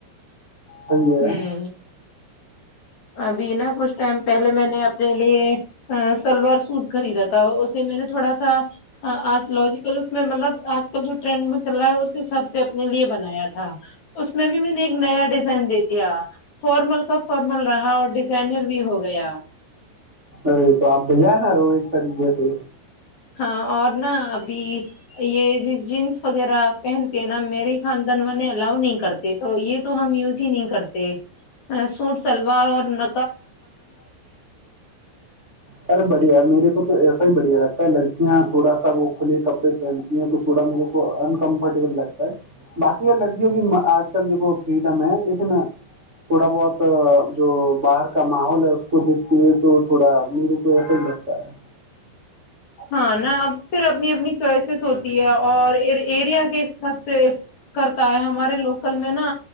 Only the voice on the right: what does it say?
صحیح ہے
ارے تو آپ بھیجائے نہ رہو ایک طریقے سے
سر بڑھیا میرے کو تو ایسا ہی بڑھیا لگتا ہے لڑکیاں تھوڑا سا وہ کھلے کپڑے پہنتی ہیں تو تھوڑا میرے کو انکمفرٹیبل لگتا ہے باقی ا لڑکیوں کی آج کل دیکھو فریڈم ہے لیکن تھوڑا بہت جو باہر کا ماحول ہے اس کو دیکھتے ہوئے تو تھوڑا میرے کو ایسا ہی لگتا ہے